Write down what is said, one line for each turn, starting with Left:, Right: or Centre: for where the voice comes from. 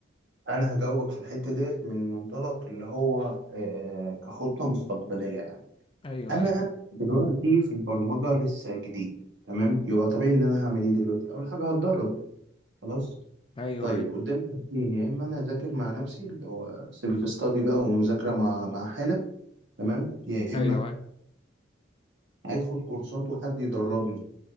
Right: انا هجاوبك في الحتة ديت من منطلق اللي هو آه كخطة مستقبلية يعني
Left: ايوه
Right: انا
Left: ايوه
Right: دلوقتي في البرمجة لسه جديد تمام يبقى طبيعي ان انا هعمل ايه دلوقتي اول حاجة هتدرب خلاص
Left: ايوه
Right: طيب
Left: ايوه
Right: قدامي حاجتين يا اما انا اذاكر مع نفسي اللي هو سيلف ستادي بقى ومذاكرة مع مع حالك تمام يا اما
Left: ايوه
Right: اخد كورسات وحد يدربني